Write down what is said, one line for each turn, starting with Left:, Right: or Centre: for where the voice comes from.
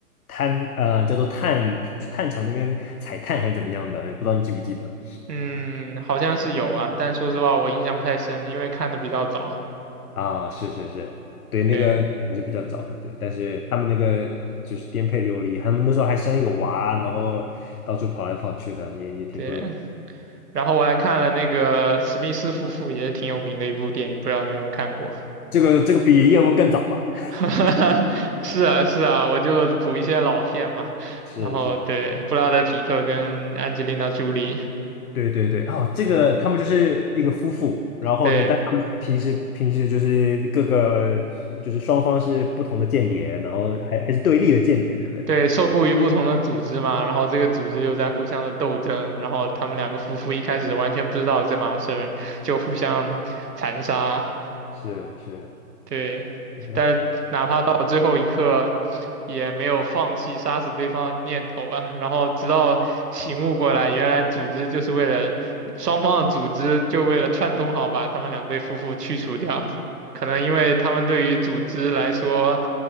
Left: 炭呃叫做炭去炭厂那边采炭还是怎么样的，也不知道你记不记得
Right: <laughs> 嗯，好像是有啊，但说实话我印象不太深了，因为看的比较早。
Left: 啊？是是是，对，那个还是比较早的，
Right: 对
Left: 对，但是他们那个就是颠沛流离，他们那时候还生一个娃，然后到处跑来跑去的，也也挺不容易，
Right: 对，然后我还看了那个史密斯夫妇也是挺有名的一部电影，不知道你有没有看过？
Left: 这个这个比叶问更早吧？
Right: <laughs> 是啊，是啊，我就补一些老片嘛。
Left: <laughs> 是是。
Right: 然后对，布拉德皮特跟安吉丽娜朱莉，
Left: 对对对，哦，这个他们就是一个夫妇，然后呢，
Right: 对
Left: 但他们平时平时就是各个就是双方是不同的间谍，然后还还是对立的间谍，对不对？
Right: 对，受雇于不同的组织嘛，然后这个组织又在互相的斗争，然后他们两个夫妇一开始完全不知道这码事儿，就互相残杀，
Left: 是是，
Right: 对，
Left: <laughs>
Right: 但哪怕到最后一刻，也没有放弃杀死对方的念头吧。然后直到醒悟过来，原来组织就是为了双方的组织就为了串通好把他们两对夫妇去除掉。可能因为他们对于组织来说